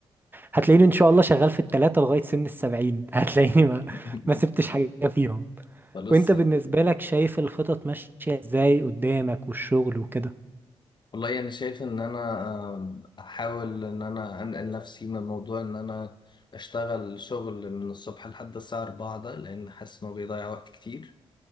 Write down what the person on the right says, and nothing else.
فهتلاقيني ان شاء الله شغال في التلاتة لغاية سن السبعين <laughs> هتلاقيني ما
ما سبتش حاجة فيهم
وانت بالنسبة لك شايف الخطط ماشية ازاي قدامك والشغل وكده